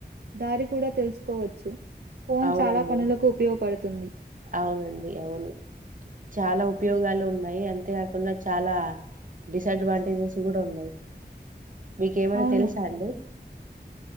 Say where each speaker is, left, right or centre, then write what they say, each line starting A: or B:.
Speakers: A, on the right (about 70°); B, on the right (about 50°).
A: దారి కూడా తెలుసుకోవచ్చు ఫోన్
B: అవునండి
A: చాలా పనులకు ఉపయోగపడుతుంది.
B: అవునండి అవును చాలా ఉపయోగాలు ఉన్నాయి అంతేకాకుండా చాలా డిసడ్వాంటేజెస్ కూడా ఉన్నాయి మీకేమైనా
A: అవును.
B: తెలుసా అండి